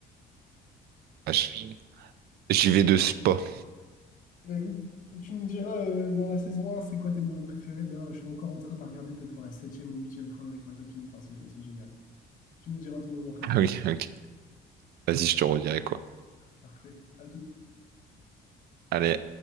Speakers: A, on the right; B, on the left.
A: Ah, j- J'y vais de spa. <laughs>
B: Bah écoute, tu me diras euh, dans la saison un, c'est quoi tes moments préférés? D'ailleurs, là, je suis encore en train de la regarder peut-être pour la septième ou huitième fois avec ma copine. Enfin, c'est c'est génial. Tu me diras ton moment préf.
A: Ah oui, ok. Vas-y, je te redirai quoi.
B: Parfait. À tout.
A: Allez.